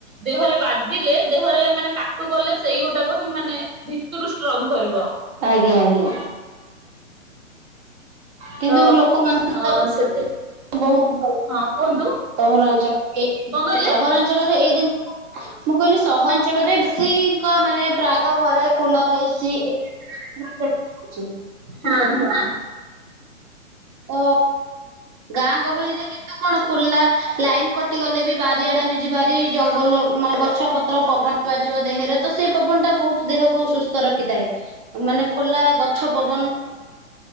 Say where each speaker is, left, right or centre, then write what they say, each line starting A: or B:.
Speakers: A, on the right (about 85°); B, on the right (about 25°).
A: ଦେହରେ ବା ଜିଲେ ଦେହରେ ମାନେ କାଟୁ କଲେ ସେଇ ଗୋଟାକ ହିଁ ମାନେ ଭିତରୁ ଷ୍ଟ୍ରଙ୍ଗ କରିବ।
B: ଆଜ୍ଞା ଆଜ୍ଞା କିନ୍ତୁ
A: ତ
B: ଲୋକମାନେ
A: ଅ
B: ତ
A: ସେଥି
B: ବୋହୁତ ଭଲ
A: ହଁ କୁହନ୍ତୁ
B: <inaudible> ସହରାଞ୍ଚଳ ଏ
A: କଣ କହିଲେ?
B: ସହରାଞ୍ଚଳରେ ଏଇ <inaudible> ମୁଁ କହିଲି ସହରାଞ୍ଚଳରେ ବେଶି ଙ୍କ ମାନେ ପ୍ରାୟତଃ ଘରେ କୁଲର ଏସି ଅଛି।
A: ହୁଁ ହୁଁ।
B: ତ ଗାଁ ଗହଳିରେ କିନ୍ତୁ କଣ ଖୋଲା ଲାଇନ କଟିଗଲେ ବି ବାରିଆଡେ ଆମେ ଯିବାହେରି ଜଙ୍ଗଲ ମାନେ ଗଛ ପତ୍ର ପବନ ବାଜିବ ଦେହେରେ। ତ ସେଇ ପବନ ଟା ବହୁତ ଦେହକୁ ସୁ ସ୍ଥତ ରଖିଥାଏ ମାନେ ଖୋଲା ଗଛ ପବନ।